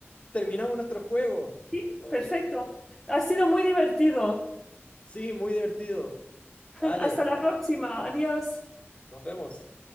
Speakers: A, on the left; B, in the centre.
A: terminamos nuestro juego.
B: Sí,
A: Oye,
B: Perfecto. Ha sido muy divertido.
A: sí, muy divertido.
B: <laughs>
A: Vale,
B: Hasta la próxima. Adiós.
A: nos vemos.